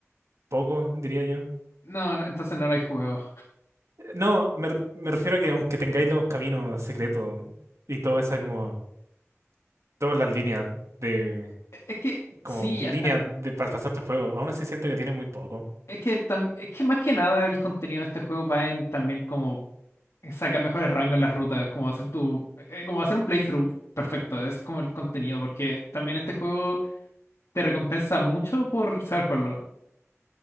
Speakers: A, on the right (about 70°); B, on the left (about 80°).
A: poco, diría yo.
B: No, no, entonces no lo he jugado.
A: Eh, No, me, r- me refiero a que aunque tengáis los caminos secretos y toda esa como, todas las líneas de,
B: Es que,
A: como
B: sí,
A: líneas
B: a- a-
A: de para pasarte el juego, aún así siento que tiene muy poco.
B: es que, tam- es que más que nada el contenido de este juego va en también como sacar mejores rangos en las rutas, como hacer tu, eh, como hacer un playthrough perfecto, ese es como el contenido, porque también este juego te recompensa mucho por saber jugarlo.